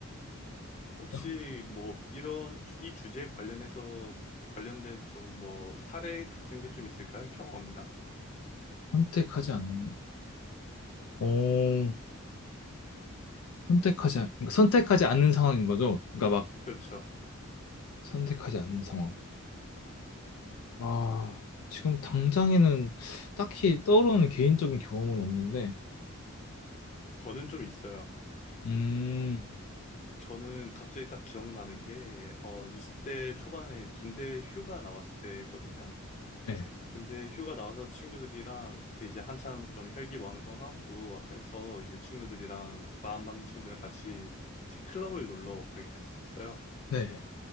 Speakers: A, on the left; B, on the left.
A: 혹시
B: 그냥
A: 뭐 이런 주- 이 주제에 관련해서 관련된 좀 뭐 사례 같은 게 좀 있을까요? 경험이나?
B: 선택하지 않는, 어, 선택하지, 않- 그러니까 선택하지 않는 상황인 거죠. 그러니까 막
A: 그렇죠.
B: 선택하지 않는 상황. 아, 지금 당장에는 딱히 떠오르는 개인적인 경험은 없는데,
A: 저는 좀 있어요.
B: 음,
A: 저는 갑자기 딱 기억나는 게 어, 20대 초반에 군대 휴가 나왔을 때거든요.
B: 네.
A: 군대 휴가 나와서 친구들이랑 그때 이제 한참 좀 혈기왕성하고 해서 이제 친구들이랑 마음 맞는 친구들이랑 같이 이제 클럽을 놀러 가게 됐었어요.
B: 네.